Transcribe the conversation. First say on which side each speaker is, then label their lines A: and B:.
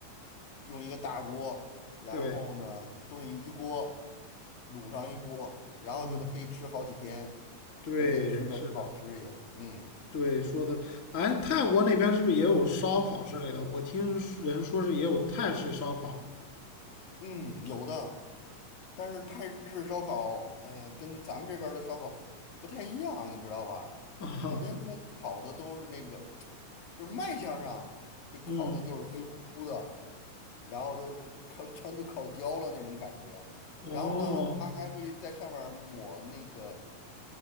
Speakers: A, on the left; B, on the left.
A: 用一个大锅，然后呢炖一锅，
B: 对，
A: 卤上一锅，然后就能可以吃好几天，
B: 嗯对，
A: 而且吃着挺好吃也，
B: 是的，
A: 嗯
B: 对，说的，哎，泰国那边是不是也有烧烤之类的？我听人说是也有泰式烧烤
A: 嗯，有的。但是泰式烧烤，哎呀，跟咱们这边儿的烧烤不太一样，你知道吧？
B: 啊，
A: 首先，它烤的都是那个，就是卖相上就烤的就是黑乎乎的，
B: 嗯，
A: 然后都烤全都烤焦了那种感觉。
B: 哦，
A: 然后呢，它还会在上面儿抹那个